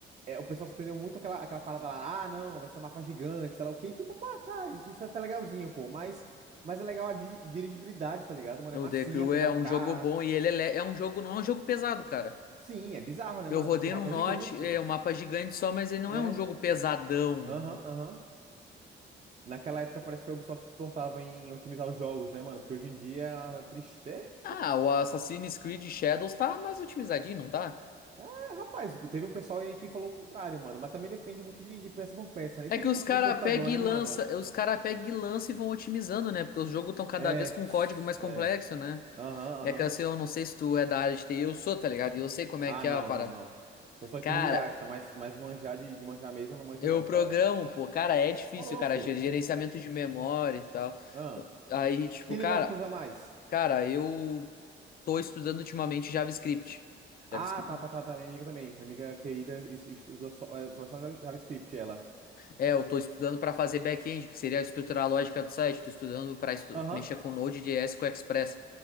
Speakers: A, on the right; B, on the left.
A: é, o pessoal se prendeu muito àquela, àquela parada lá, ah, não, vai ser um mapa gigante, sei lá o quê. E, tipo, pá, tá, isso, isso é até legalzinho, pô. Mas, mas é legal a di- dirigibilidade, tá ligado, mano?
B: O
A: É massinha,
B: The Crew
A: pegar
B: é
A: um
B: um
A: carro.
B: jogo bom e ele é, le- é um jogo, não é um jogo pesado, cara.
A: Sim, é bizarro, né,
B: Eu
A: mano?
B: rodei
A: Até porque o
B: num
A: mapa
B: Notch,
A: é gigante.
B: é um mapa gigante só, mas ele não
A: É,
B: é um jogo pesadão.
A: aham, aham. Naquela época parece que a Ubisoft se portava em otimizar os jogos, né, mano? Porque hoje em dia é uma tristeza.
B: Ah, o Assassin's Creed Shadows tá mais otimizadinho, não tá?
A: É, rapaz, teve um pessoal aí que falou o contrário, mano. Mas também depende muito de, de peça por peça, né?
B: É
A: Isso que
B: que
A: é
B: os
A: difícil
B: cara
A: do computador,
B: pega e
A: né,
B: lança,
A: mano?
B: os cara pega e lança e vão otimizando, né? Porque os jogos estão cada
A: É.
B: vez com um
A: <sniffs>
B: código mais complexo,
A: É.
B: né?
A: Aham,
B: É
A: aham.
B: que assim, eu não sei se tu é da área de TI, eu sou, tá ligado? E eu sei como é
A: Ah,
B: que
A: não,
B: é a parada.
A: não, não. Eu sou entusiasta,
B: Cara,
A: mas, mas manjar de, de manjar mesmo eu não manjo,
B: eu
A: não,
B: programo,
A: cara.
B: pô, cara, é difícil,
A: Ô, louco.
B: cara, ger- gerenciamento de memória e tal.
A: Ah,
B: Eu- Aí, tipo,
A: que
B: cara,
A: linguagem tu usa mais?
B: cara, eu tô estudando ultimamente JavaScript.
A: Ah,
B: JavaScript.
A: tá, tá, tá, tá. Minha amiga também. Minha amiga querida es- estuda só, é, só só JavaScript, ela.
B: É, eu tô estudando para fazer back-end, que seria estruturar a lógica do site. Tô estudando para
A: Aham.
B: mexer com Node.js, com Express.